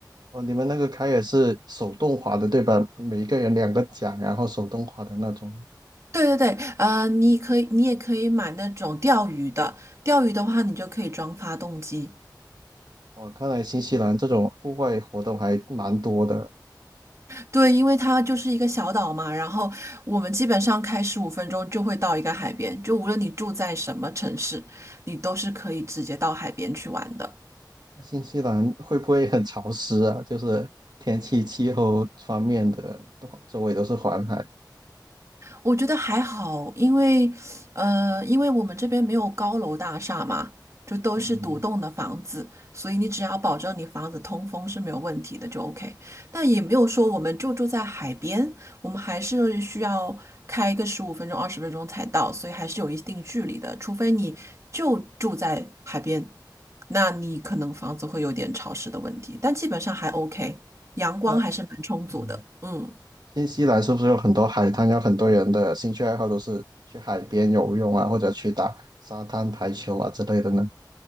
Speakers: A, on the right; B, on the right.
A: 哦，你们那个开也是手动划的，对吧？每一个人两个桨，然后手动划的那种。
B: 对对对，呃，你可以，你也可以买那种钓鱼的，钓鱼的话，你就可以装发动机，
A: 我看来新西兰这种户外活动还蛮多的。
B: 对，因为它就是一个小岛嘛，然后我们基本上开十五分钟就会到一个海边，就无论你住在什么城市，你都是可以直接到海边去玩的。
A: 那新西兰会不会很潮湿啊？就是天气、气候方面的，都周围都是环海。
B: 我觉得还好，因为，呃，因为我们这边没有高楼大厦嘛，就都是独栋的房子，
A: 嗯，
B: 所以你只要保证你房子通风是没有问题的，就 OK。但也没有说我们就住在海边，我们还是需要开一个十五分钟、二十分钟才到，所以还是有一定距离的。除非你就住在海边，那你可能房子会有点潮湿的问题，但基本上还 OK，阳光还是蛮充足的。
A: 那嗯，
B: 嗯。
A: 新西兰是不是有很多海滩？有很多人的兴趣爱好都是去海边游泳啊，或者去打沙滩排球啊之类的呢？